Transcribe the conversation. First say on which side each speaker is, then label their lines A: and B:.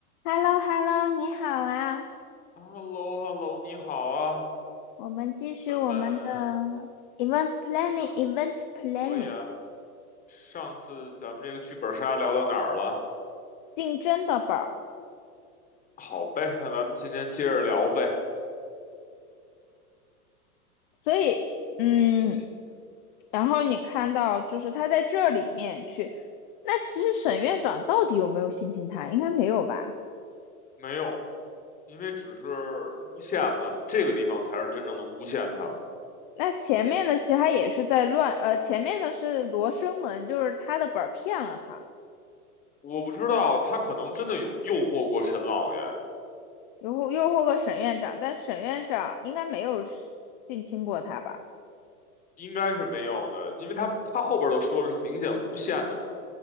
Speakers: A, on the left (about 35°); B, on the left (about 20°).
A: h e l l o h e l l o 你好啊！
B: h e l l o h e l l o 你好啊，
A: 我们继续我们的
B: 咱们
A: event planning
B: 上
A: event planning
B: 可以啊。上次咱们这个剧本杀聊到哪儿了？
A: 竞争的本儿。
B: 好呗，那咱们今天接着聊呗。
A: 所以，嗯，然后你看到就是他在这里面去，那其实沈院长到底有没有性侵他？应该没有吧？
B: 没有，因为只是诬陷嘛，这个地方才是真正的诬陷他们
A: 那前面的其实他也是在乱，呃，前面的是罗生门，就是他的本儿骗了他，
B: 我不知道他可能真的有诱惑过沈老爷，
A: 诱惑诱惑个沈院长，但沈院长应该没有性侵过他吧？
B: 应该是没有的，因为他他后边都说了是明显诬陷的嘛，